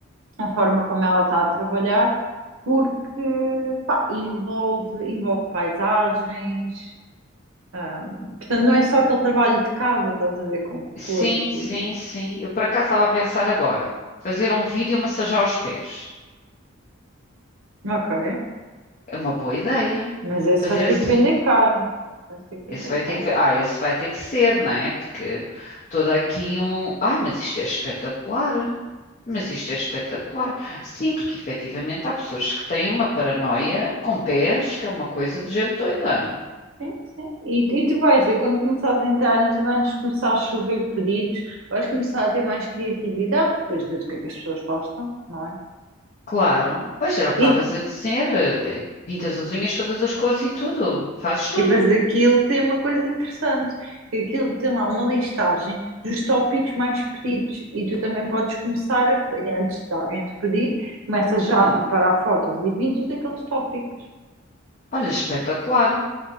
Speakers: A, on the right; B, on the left.
A: a forma como ela está a trabalhar porque pá, envolve, envolve paisagens, Ah, portanto, não é só aquele trabalho de casa, estás a ver com
B: Sim,
A: cores
B: sim,
A: e.
B: sim. Eu por acaso estava a pensar agora. Fazer um vídeo e massajar os pés.
A: Ok,
B: É uma boa ideia.
A: mas esse
B: Fazer
A: vais ter
B: assim.
A: que vender caro. Vais ter que
B: Esse
A: vender
B: vai
A: caro.
B: ter que... Ah, esse vai ter que ser, não é? Porque toda aqui um... Ah, mas isto é espetacular. Mas isto é espetacular. Sim, porque efetivamente há pessoas que têm uma paranoia com pés, que é uma coisa de gente doida.
A: Sim, sim. E, tu- e tu vais ver, quando começares a entrar nisto, vai-nos começar a chover pedidos, vais começar a ter mais criatividade, porque depois vês o que é que as pessoas gostam, não é?
B: Claro. Pois era o que
A: E
B: estavas a dizer. eh, te- Pintas as unhas todas as cores e tudo. Fazes
A: E
B: tudo.
A: depois aquilo tem uma coisa interessante, que aquilo tem lá uma listagem dos tópicos mais pedidos e tu também podes começar a, fa- antes de alguém te pedir, começa já
B: Hum.
A: a preparar fotos e vídeos daqueles tópicos.
B: Olha, espetacular.